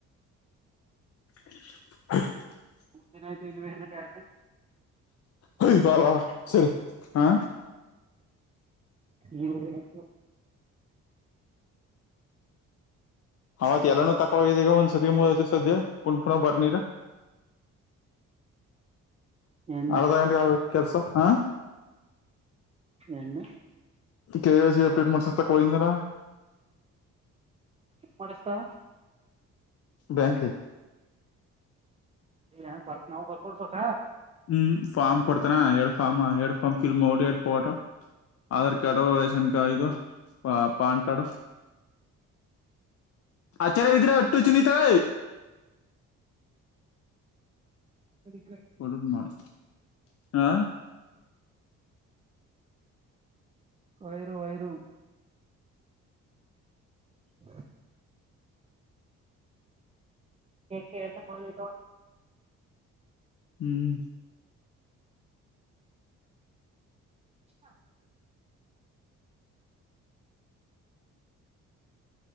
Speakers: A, on the left; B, on the right.
A: <inaudible>
B: ಮೂರ್ ದಿನ ಆಯ್ತು ಇನ್ನುವ ಎರಡು.
A: ಹಯ ಬ ಸರಿ ಹಾ.
B: ಇ <inaudible>
A: ಆತ್ ಎಲ್ಲಾನೂ ತಕ್ಕವಿದ್ದಗ ಒಂದ್ಸತಿ ಮೂತ ಸದ್ಯ ಪುಣ ಪುನ ಬರ್ನಿರ.
B: ಎಣ್ಣ
A: ಅರ್ಧ ಗಂಟೆಗೆ ಆಗೋಯುತು. ಕೆಲ್ಸ ಹಾ.
B: ಎಣ್ಣ
A: ಕೆ ವೈ ಸಿ ಅಪ್ಡೇಟ್ ಮಾಡಸೋಕ್ತ ಹೋಗಿದ್ನಲ್ಲ.
B: ಏನ್ ಮಾಡಸತಾ.
A: ಬ್ಯಾಂಕ್ ಹೇ.
B: ಅ ಪರ್ಕ್ ನಾವು ಬರ್ಕೊಳ್ ಪಕ್ಕ
A: ಹ್ಮ್ ಫಾರ್ಮ್ ಕೊಡ್ತಾರ ಎರಡ್ ಫಾರ್ಮ್ ಎರಡು ಫಾರ್ಮ್ ಫಿಲ್ ಮಾಡೋ ಎರಡು photo Aadhaar card ration card ಇದು. ಆ ಪನ್ ಕಾರ್ಡು ಆಚಾರ ಗರ ಅಟ್ಟು ಚನ್ನಿ ತಗ
B: ರಿ
A: ಒಡುದ ಮಾಡಾರ ಹಾ
B: ವೈರು ವೈರು ಹ್ಮ <unintelligible>
A: ಹ್ಮ್
B: ಹಾ